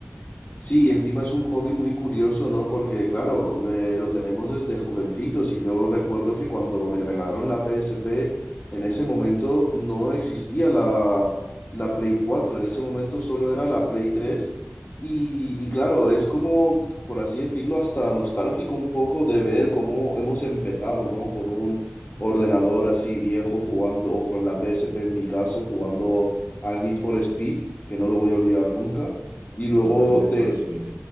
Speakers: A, on the left; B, on the right.
A: Sí, encima es un hobby muy curioso, ¿no? Porque, claro, eh, lo tenemos desde jovencitos y yo recuerdo que cuando me regalaron la PSP, en ese momento no existía la, la Play cuatro en ese momento solo era la Play tres y, y claro, es como, por así decirlo, hasta nostálgico un poco de ver cómo hemos empezado, ¿no? Con un ordenador así viejo jugando, o con la PSP en mi caso, jugando al Need for Speed, que no lo voy a olvidar nunca. Y luego
B: Uf, el Need
A: de,
B: for Speed.